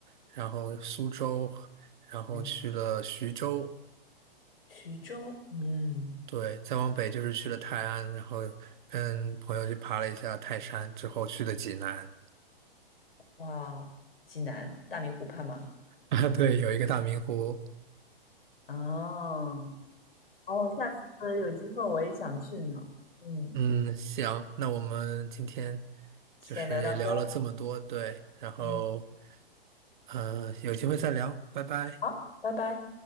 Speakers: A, on the right; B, on the left.
A: 然后苏州，然后去了徐州，
B: 嗯，徐州，嗯，
A: 对，再往北就是去了泰安，然后跟朋友去爬了一下泰山，之后去的济南。
B: 哇哦，济南大明湖畔嘛，
A: <laughs> 啊，对，有一个大明湖。
B: 啊。哦，下次有机会我也想去呢。嗯，
A: 嗯，行，那我们今天
B: 先留到这儿。
A: 就是也聊了这么多，对，然后，
B: 嗯，
A: 嗯，有机会再聊，拜拜。
B: 好，拜拜。